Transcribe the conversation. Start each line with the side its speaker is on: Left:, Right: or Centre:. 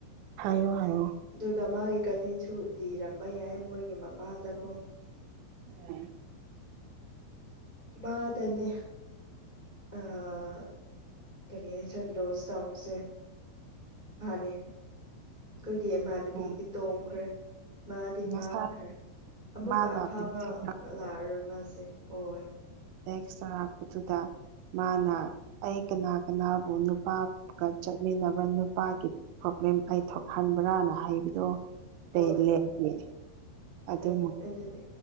Right: ꯍꯥꯏꯌ ꯍꯥꯏꯌ
Left: ꯑꯗꯨꯒ ꯃꯥꯒꯤ ꯀꯥꯖꯤꯟꯁꯨ ꯂꯤꯔꯝꯕ ꯌꯥꯏ ꯃꯣꯏꯒꯤ ꯃꯃꯥꯗꯀꯣ
Right: ꯎꯝ
Left: ꯃꯥꯗꯅꯤꯅꯦ ꯑꯥ ꯀꯔꯤ ꯆꯠꯂꯣ ꯁ ꯇꯕꯁꯦ ꯅꯦ ꯑꯩꯈꯣꯏꯒꯤ ꯏꯃꯥꯟꯅꯕꯤꯗꯤ
Right: ꯍꯣꯏ
Left: ꯇꯣꯡꯈ꯭ꯔꯦ ꯃꯥꯗꯤ
Right: ꯅꯁꯥ
Left: ꯃꯥꯡꯈ꯭ꯔꯦ ꯑꯃꯨꯛꯀ
Right: ꯃꯥꯅ
Left: ꯑꯐꯕ
Right: ꯇꯦꯛꯁ
Left: ꯂꯥꯛꯑꯔꯣꯏ ꯃꯥꯁꯦ ꯍꯣꯏ ꯍꯣꯏ
Right: ꯑꯦꯁꯇ꯭ꯔꯥ ꯂꯥꯛꯄꯗꯨꯗ ꯃꯥꯅ ꯑꯩ ꯀꯅꯥ ꯀꯅꯥꯕꯨ ꯅꯨꯄꯥꯒ ꯆꯠꯃꯤꯟꯅꯕ ꯅꯨꯄꯥꯒꯤ ꯄꯣꯕ꯭ꯂꯦꯝ ꯑꯩ ꯊꯣꯛꯍꯟꯕ꯭ꯔꯥꯅ ꯍꯥꯏꯕꯗꯣ ꯀꯩ
Left: ꯍꯣꯏ
Right: ꯂꯒꯦ ꯑꯗꯨ
Left: ꯑꯩ ꯑꯗꯨꯅꯦ